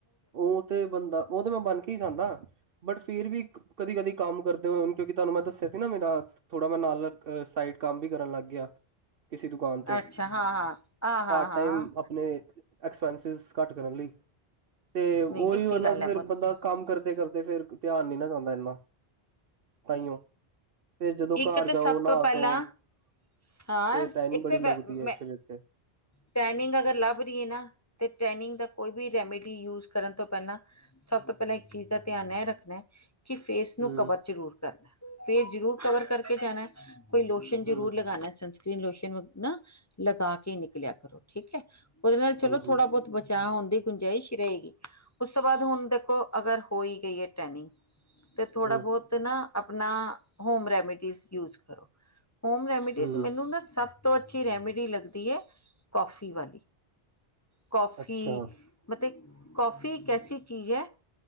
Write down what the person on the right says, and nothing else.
ਉਹ ਤੇ ਬੰਦਾ ਉਹ ਤੇ ਮੈਂ ਬਨ ਕੇ ਹੀ ਜਾਂਦਾ। ਬਟ ਫਿਰ ਵੀ ਕਦੀ ਕਦੀ ਕੰਮ ਕਰਦੇ ਹੋਏ ।ਕਿਉਂਕਿ ਤੁਹਾਨੂੰ ਮੈਂ ਦੱਸਿਆ ਸੀ ਨਾ ਮੇਰਾ ਥੋੜਾ ਮੈਂ ਨਾਲ ਸਾਈਡ। ਕੰਮ ਵੀ ਕਰਨ ਲੱਗ ਗਿਆ। ਕਿਸੇ ਦੁਕਾਨ ਤੇ
ਪਾਰਟ
ਟਾਈਮ ਆਪਣੇ ਐਕਸਪੈਂਸਿਸ ਘੱਟ ਕਰਨ ਲਈ ਅਤੇ ਉਹ
ਹੀ
ਵਰਨਾ
ਤੇ
ਫਿਰ
ਬੰਦਾ ਕੰਮ ਕਰਦੇ ਕਰਦੇ। ਤੇ ਫੇਰ ਧਿਆਨ ਨੀ ਨਾ ਜਾਂਦਾ ਇੰਨਾ ਤਹੀਓ। ਫਿਰ ਜਦੋਂ
ਘਰ
ਜਾਓ ਨਹਾ
ਧੋ।
ਤੇ ਟੈਨਿੰਗ
ਬੜੀ
ਲੱਗਦੀ
ਹੈ ਸਰੀਰ ਤੇ
ਹੂੰ
ਹੂੰ
ਹਾਂਜੀ
ਹੂੰ
ਹੂੰ
ਅੱਛਾ